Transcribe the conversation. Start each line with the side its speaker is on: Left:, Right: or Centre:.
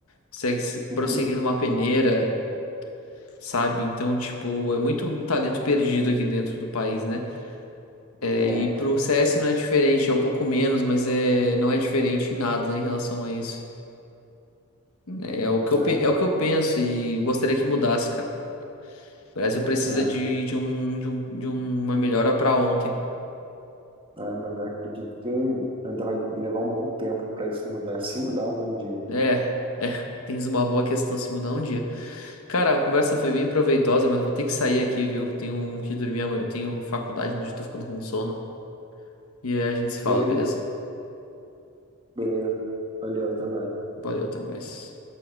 Left: consegue se- prosseguir
Right: Uhum.
Left: numa peneira, sabe? Então, tipo, é muito talento perdido aqui dentro do país, né? É,
Right: É,
Left: e pro C S não é diferente, é um pouco menos, mas é, não é diferente em nada em relação a isso. né? É, o que
Right: é,
Left: eu, pe- é o que eu penso e eu gostaria que mudasse, cara. O Brasil precisa
Right: é.
Left: de, de um, de um- de uma melhora pra ontem.
Right: É, mas eu acredito que ainda vai levar um bom tempo para isso mudar, se mudar algum dia.
Left: É, é, tens uma boa questão se mudar um dia. Cara, a conversa foi bem proveitosa, mas vou ter que sair aqui, viu? Tenho que dormir amanhã, eu tenho faculdade, né? Já tô ficando com sono. E aí a gente se fala,
Right: Beleza,
Left: beleza?
Right: beleza. Valeu, até mais.
Left: Valeu, até mais.